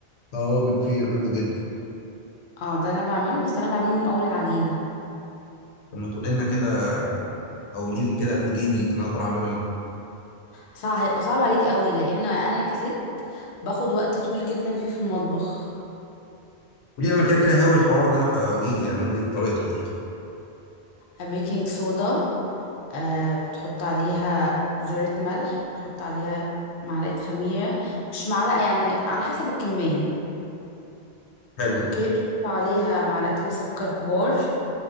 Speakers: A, on the left; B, on the left.
A: اه ملفيه بحبه جدا
B: اه ده أنا بعمله بس أنا بعمله من أول العجينة
A: طب ما تقولي لنا كده او قولي لي كده في ديني يمكن اقدر اعمله انا
B: صعب هيبقى صعب عليك قوي لأن أنا كست باخد وقت طويل جدا فيه في المطبخ
A: قولي لي انا كده كده هاوي الحوار ده فقولي لي يعني قولي لي طريقته ايه
B: بيكنج صودا آه بتحط عليها ذرة ملح بتحط عليها معلقة خميرة مش معلقة يعني على حسب الكمية
A: حلو
B: اوكي بتحط عليها معلقتين سكر كبار